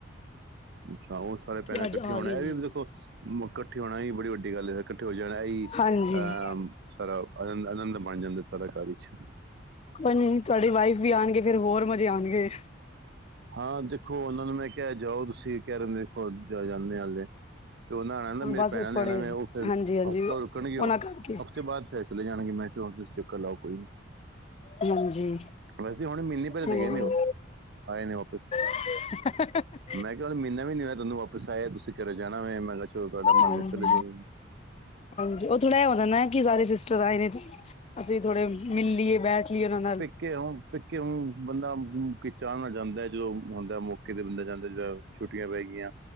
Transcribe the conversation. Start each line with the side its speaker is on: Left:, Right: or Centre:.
Right: ਅੱਛਾ, ਹੋਰ ਸਾਰੇ
Left: ਕਿ
Right: ਭੈਣਾਂ
Left: ਅੱਜ
Right: ਇਕੱਠੇ
Left: ਆ
Right: ਹੋਣਾ,
Left: ਗਏ ਨੇ
Right: ਇਹ ਵੀ ਦੇਖੋ ਵ ਕੱਠੇ ਹੋਣਾ ਹੀ ਬੜੀ ਵੱਡੀ ਗੱਲ ਏ, ਕੱਠੇ ਹੋ ਜਾਣਾ ਅਹ
Left: ਹਾਂਜੀ
Right: ਅ ਸਾਰਾ ਅਨੰਦ-ਅਨੰਦ ਬਣ ਜਾਂਦਾ, ਸਾਰਾ ਘਰ ਵਿਚ।
Left: ਕੋਈ ਨਹੀਂ ਤੁਹਾਡੀ ਵਾਈਫ ਵੀ ਆਣਗੇ, ਫੇਰ ਹੋਰ ਮਜੇ ਆਣਗੇ।
Right: ਹਾਂ ਦੇਖੋ ਉਹਨਾਂ ਨੂੰ ਮੈਂ ਕਿਹਾ ਜਾਓ ਤੁਸੀਂ, ਕਹਿ ਰਹੇ ਨੇ ਜਾ ਦੇਖੋ ਚਲੇ ਜਾਂਨੇ ਹਾਂ ਹਲੇ। ਤੇ ਉਹ ਨਾਲ ਨਾ ਮੇਰੇ
Left: ਬਸ
Right: ਭੈਣਾਂ
Left: ਉਹ
Right: ਨੇ
Left: ਥੋੜੇ
Right: ਆਣਾ ਵੇ, ਤੇ ਉਹ ਫਿਰ
Left: ਹਾਂਜੀ ਹਾਂਜੀ
Right: ਹਫ਼ਤਾ ਰੁਕਣਗੇ,
Left: ਉਹਨਾਂ
Right: ਉਹ
Left: ਕਰਕੇ
Right: ਹਫ ਤੋਂ ਬਾਅਦ <unintelligible> ਜਾਣਗੇ ਮੈਂ ਤੁਸੀਂ ਚੱਕਰ ਲਾਓ ਕੋਈ ਨੀ,
Left: ਹਾਂਜੀ
Right: ਵੈਸੇ ਹੁਣੇ ਮੀਨੇ ਪਹਿਲੇ
Left: ਹੂੰ।
Right: ਤੇ ਗਏ ਨੀ ਉਹ, ਆਏ ਨੇ ਵਾਪਿਸ।
Left: <unintelligible>
Right: ਮੈਂ ਕਿਹਾ ਮਹੀਨਾ ਵੀ ਨੀ ਹੋਇਆ ਤੁਹਾਨੂੰ ਵਾਪਸ ਆਇਆ, ਤੁਸੀਂ ਘਰੇ ਜਾਣਾ ਹੋਏ, ਮੈਂ ਕਿਹਾ ਚਲੋ ਤੁਹਾਡਾ
Left: ਹਾਂਜੀ,
Right: ਮਨ ਏ ਚਲੇ ਜਾਓ।
Left: ਹਾਂਜੀ, ਉਹ ਥੋੜਾ ਐ ਹੁੰਦਾ ਕੀ ਸਾਰੇ ਸਿਸਟਰ ਆਏ ਨੇ, ਤੇ ਅਸੀਂ ਥੋੜੇ ਮਿਲ ਲੀਏ, ਬੈਠ ਲੀਏ ਉਹਨਾਂ ਨਾਲ।
Right: ਕਿਉਂ -ਕਿਉਂ ਬੰਦਾ ਕਿ ਚਾਅ ਨਾਲ ਜਾਂਦਾ, ਜਦੋਂ ਹੁੰਦਾ ਮੌਕੇ ਤੇ ਬੰਦਾ ਜਾਂਦਾ, ਜਦੋਂ ਛੁੱਟੀਆਂ ਪੈ ਗਈਆਂ,